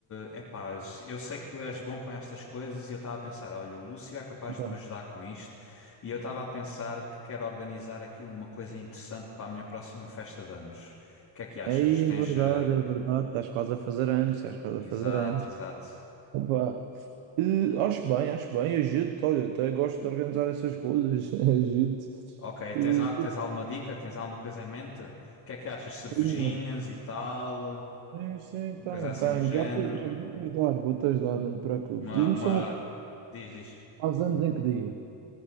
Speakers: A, on the left (about 35°); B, on the right (about 80°).
A: epá, eu sei que tu és bom com estas coisas e eu estava a pensar, olha, o Lúcio é capaz
B: Então,
A: de me ajudar com isto e eu estava a pensar que quero organizar aqui uma coisa interessante para a minha próxima festa de anos. O que é que achas?
B: aí
A: Tens...
B: é verdade,
A: eh,
B: é verdade. Estás quase a fazer anos, estás quase
A: Exato,
B: a fazer anos.
A: exato.
B: Opa. Eh, acho bem, acho bem. Agito, olha, até gosto de organizar essas coisas. <laughs> Agito.
A: Ok,
B: Eh,
A: tens, al- tens alguma dica? Tens alguma coisa em mente? O que é que achas? Cervejinhas
B: Primeiro.
A: e tal?
B: Sim, sim,
A: Uma
B: tenho,
A: coisa assim
B: tenho.
A: do género?
B: Já te- já vou-te ajudar, vou-te ajudar, não te preocupes.
A: Uma,
B: Diz-me
A: uma...
B: só uma coisa.
A: Diz, diz.
B: Faz anos em que dia?